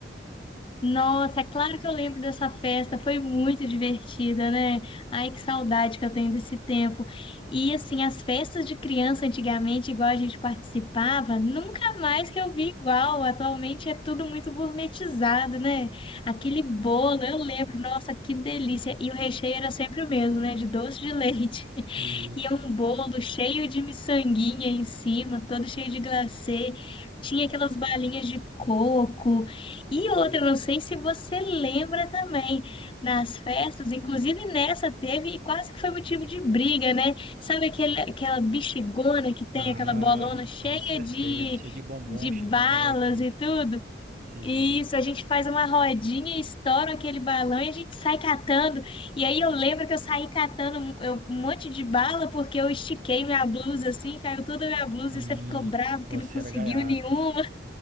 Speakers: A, on the left; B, on the right.
A: Nossa, é claro que eu lembro dessa festa, foi muito divertida, né? Ai, que saudade que eu tenho desse tempo. E assim, as festas de criança antigamente, igual a gente participava, nunca mais que eu vi igual. Atualmente é tudo muito gourmetizado, né? Aquele bolo, eu lembro, nossa, que delícia. E o recheio era sempre o mesmo, né? De doce de leite.
B: Isso.
A: E é um bolo cheio de miçanguinha em cima, todo cheio de glacê. Tinha aquelas balinhas de coco. E outra, não sei se você lembra também, nas festas, inclusive nessa teve, e quase que foi motivo de briga, né? Sabe aquele, aquela bexigona que tem,
B: Ah,
A: aquela bolona cheia
B: com certeza.
A: de,
B: Cheio de bombom,
A: de
B: chiclete.
A: balas e tudo?
B: Sim,
A: Isso, a gente faz uma rodinha, estoura aquele balão e a gente sai catando. E aí eu lembro que eu saí catando um eu- um monte de bala porque eu estiquei minha blusa assim, caiu toda a minha blusa
B: sim.
A: e você ficou bravo
B: Você
A: que não conseguiu
B: era gaiato.
A: nenhuma.